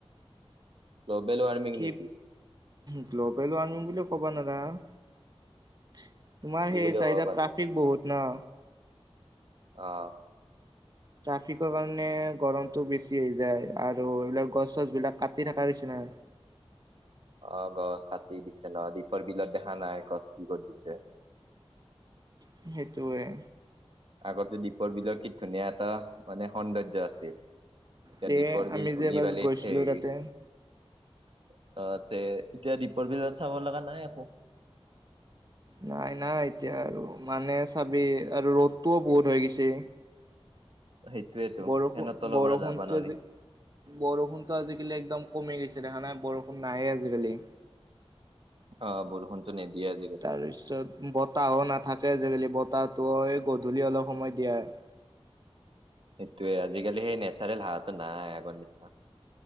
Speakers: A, on the right; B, on the right.
A: গ্ল'বেল ৱাৰ্মিং
B: কি
A: নেকি?
B: গ্ল'বেল ৱাৰ্মিং বুলিয় ক'বা নোৱাৰা তোমাৰ
A: কি
B: সেই
A: বুলি
B: চাইডত
A: ক'ব
B: ট্ৰাফিক বহুত ন?
A: আহ ৷
B: ট্ৰাফিকৰ কাৰণে গৰমতটো বেছি হৈ যায় আৰু এইবিলাক গছ চছ বিলাক কাটি থকা হৈছে না ৷
A: <inaudible> অ' গছ কাটি দিছে ন দ্বীপৰ বিলত দেখা নাই গছ কি কত দিছে ৷
B: সেইটোৱে ৷
A: আগতে দ্বীপৰ বিলৰ কি ধুনীয়া এটা, মানে সৌন্দৰ্য আছিল ৷ এতিয়া
B: তে
A: দীপৰ বিল
B: আমি
A: ধলি
B: যে এবাৰ
A: বালিত
B: গৈছিলো
A: থে গছে
B: তাতে
A: ৷ অ' তে এতিয়া দীপৰ বিলত চাব লগা নাই একো ৷
B: নাই, নাই এতিয়া আৰু মানে চাবি আৰু ৰ'দটোও বহুত হৈ গৈছে ৷
A: সেইটোয়েতো
B: বৰষুণ,
A: ফেনৰ তলৰ
B: বৰষুণটো
A: পৰা যাবা নোৱাৰি
B: আজি বৰষুণটো আজিকালি একদম কমে গৈছে ৷ ছে দেখা নাই বৰষুণ নাইয়ে আজিকালি ৷
A: অ বৰষুণতো নিদিয়ে আজিকালি
B: তাৰপিছত বতাহো নাত থাকে আজিকালি বতাহটো গধূলি অলপ সময় দিয়াই ৷
A: সেইটোৱে আজিকালি সেই নেচাৰেল হাৱাটো নাই আগৰ নিচিনা।